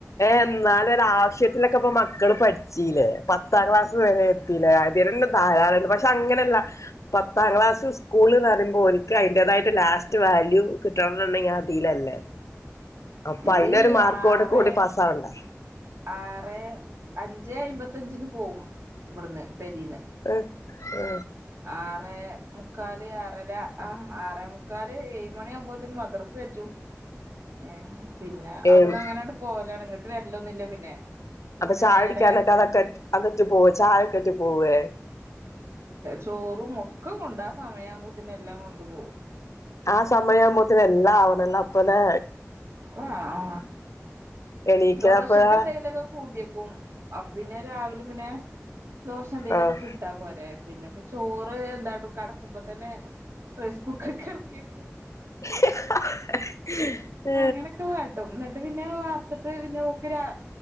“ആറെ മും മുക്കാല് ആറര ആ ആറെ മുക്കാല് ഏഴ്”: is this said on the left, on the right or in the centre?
Right